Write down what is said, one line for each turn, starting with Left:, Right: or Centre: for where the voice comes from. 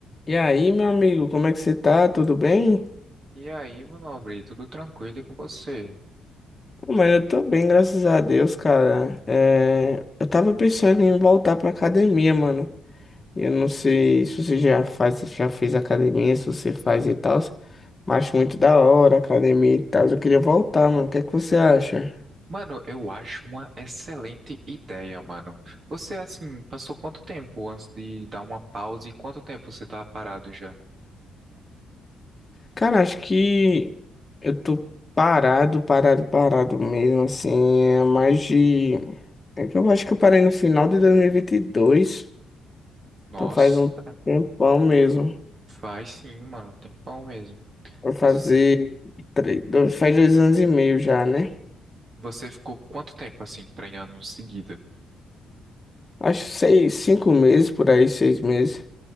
Left: E aí, meu amigo, como é que você tá? Tudo bem?
Right: E aí, meu nobre, tudo tranquilo e com você?
Left: Pô, Mano, eu tô bem, graças a Deus, cara. É, Eu tava pensando em voltar pra academia, mano. Eu não sei se você já faz, se já fez academia, se você faz e tal, mas acho muito da hora academia e tal. Eu queria voltar, mano. O que é que você acha?
Right: Mano, eu acho uma excelente ideia, mano. Você, assim, passou quanto tempo antes de dar uma pausa e quanto tempo você tá parado já?
Left: Cara, acho que eu tô parado, parado, parado mesmo, assim, é mais de... É que eu acho que eu parei no final de dois mil e e vinte e dois.
Right: Nossa,
Left: então faz um tempão mesmo.
Right: faz sim, mano, um tempão mesmo.
Left: Vai fazer
Right: Mas os-
Left: três, dois, faz dois anos e meio já, né?
Right: você ficou quanto tempo, assim, treinando em seguida?
Left: Acho seis, cinco meses, por aí, seis meses.